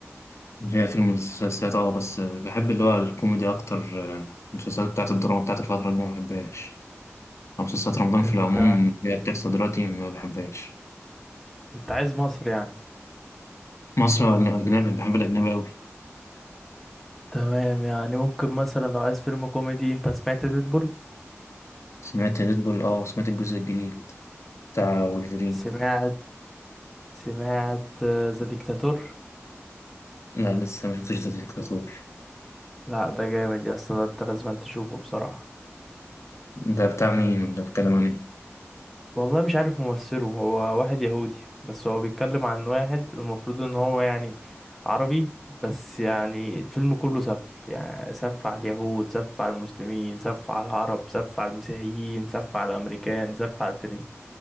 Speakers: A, on the left; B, in the centre.
A: هي فيلم مسلسلات أه بس آه، بحب اللي هو الكوميدي أكتر آه، المسلسلات بتاعت الدراما بتاعت الفترة دي ما بحبهاش أو مسلسلات رمضان في
B: انت
A: العموم اللي هي بتحصل دلوقتي ما بحبهاش
B: انت عايز مصر يعني
A: مصري ولا أجنبي بحب الأجنبي أوي
B: تمام يعني ممكن مثلا لو عايز فيلم كوميدي انت سمعت ديدبول
A: سمعت ديدبول أه وسمعت الجزء الجديد بتاع وولفرين
B: سمعت سمعت ذا ديكتاتور
A: لا لسه ما شفتش ده ديكتاتور
B: لا ده جامد يا اسطى ده انت لازم تشوفه بصراحة
A: ده بتاع مين ولا بيتكلم عن إيه؟
B: والله مش عارف ممثله هو واحد يهودي بس هو بيتكلم عن واحد المفروض ان هو يعني عربي بس يعني الفيلم كله سف يعني سف على اليهود سف على المسلمين سف على العرب سف على المسيحيين سف على الامريكان سف على الفرن